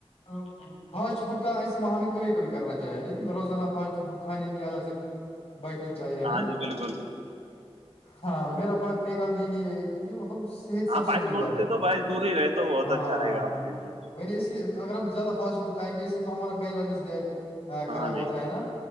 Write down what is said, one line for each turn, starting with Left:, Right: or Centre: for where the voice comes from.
Left: او <unintelligible> فاسٹ فوڈ کا ایس ماہ میں کبھی کبھی کرنا چاہے لیکن روزانہ فاسٹ فوڈ کھانے کی عادت سے بچنا چاہیے ہے
Right: ہاں
Left: نا
Right: جی بالکل
Left: ہاں میرا پ پیغام یہی ہے کہ مطلب صت
Right: ہاں
Left: سب سے
Right: پاسپورٹ
Left: بڑی دولت
Right: تو
Left: ہے
Right: بھائی دور ہی رہے تو بہت
Left: ہاں
Right: اچھا رہے گا اپنے لیے
Left: میں اس لیے اگر ہم زیادہ فاسٹ فوڈ کھائیں گے اسے تو ہمارا بیلنس ڈائٹ
Right: ہاں
Left: خراب ہوتا
Right: جی
Left: ہے نا